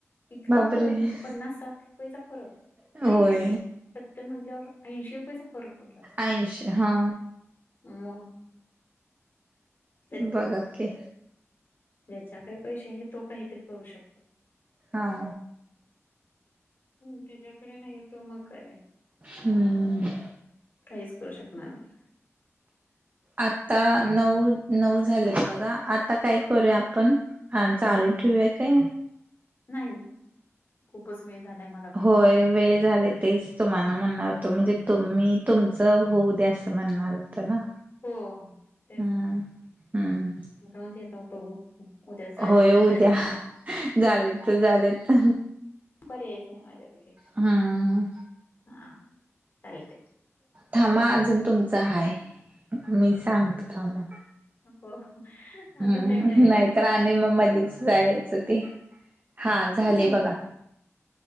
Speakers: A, on the left (about 45°); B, on the right (about 35°).
A: इतका
B: बापरे
A: फरक म्हणजे पन्नास साठ रुपयेचा फरक
B: होय
A: नाय किती स त्तर म्हणाल्यावर ऐंशी रुपयचा फरक. पडला.
B: ऐंशी हा.
A: मग त्यात
B: बघा की
A: ज्याच्याकडे पैसे आहेत तो काहीतरी करू शकतो.
B: हा.
A: हम्म, त्याच्याकडे न्हाई तो मग काय?
B: हम्म.
A: काहीच करू शकणार नाय.
B: आता नऊ नऊ झालेत बघा आता काय करूया आपण हा चालू
A: हं.
B: ठेवूया काय?
A: नाही. खुपचं वेळ झालाय मला. पण.
B: होय वेळ झाले तेच तुम्हाला म्हणणार होत म्हणजे तुम्ही तुमच होऊद्या असं म्हणणार होत ना.
A: हो तेच
B: हम्म
A: ना
B: हम्म
A: राहूदे आता बघू. उद्या झाले
B: होय
A: तर
B: उद्या
A: झाले.
B: झालेत तर झालेत
A: पर्यायच नाही माझ्याकडे
B: हम्म.
A: हा चालतंय.
B: थांमा अजून तुमचा हाय मी सांगतो थांमा.
A: हो.
B: हम्म,
A: अजून टाइम राहिलेला
B: नायतर आणि म मधीच जायचं ते. हा झाले
A: नाही हो
B: बघा